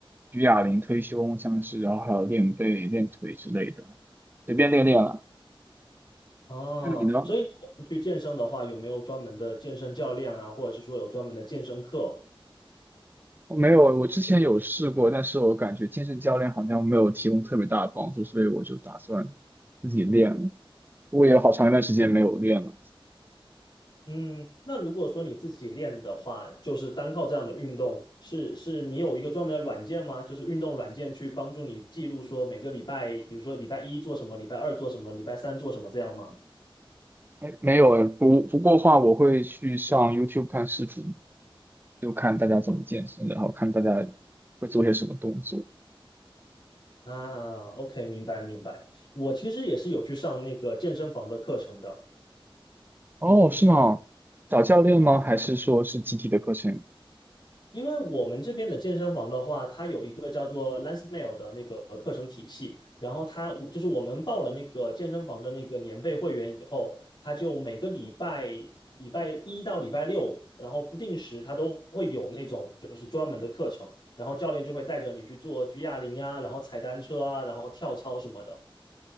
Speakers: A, on the right; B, on the left.
A: 举哑铃、推胸，像是然后还有练背、练腿之类的，随便练练了。
B: 哦，
A: 那你呢？
B: 所以你平常去健身的话，有没有专门的健身教练啊，或者是说有专门的健身课？
A: 我没有，我之前有试过，但是我感觉健身教练好像没有提供特别大的帮助，所以我就打算自己练了。不过也有好长一段时间没有练了。
B: 嗯，那如果说你自己练的话，就是单靠这样的运动，是是你有一个专门的软件吗？就是运动软件去帮助你记录说每个礼拜，比如说礼拜一做什么，礼拜二做什么，礼拜三做什么这样吗？
A: 哎，没有哎，不不过话，我会去上 YouTube 看视频，就看大家怎么健身，然后看大家会做些什么动作。
B: 啊，OK，明白明白。我其实也是有去上那个健身房的课程的，
A: 哦，是吗？找教练吗？还是说是集体的课程？
B: 因为我们这边的健身房的话，它有一个叫做 l a n s m a i l 的那个课程体系，然后它就是我们报了那个健身房的那个年费会员以后，它就每个礼拜礼拜一到礼拜六，然后不定时它都会有那种就是专门的课程，然后教练就会带着你去做举哑铃啊，然后踩单车啊，然后跳操什么的。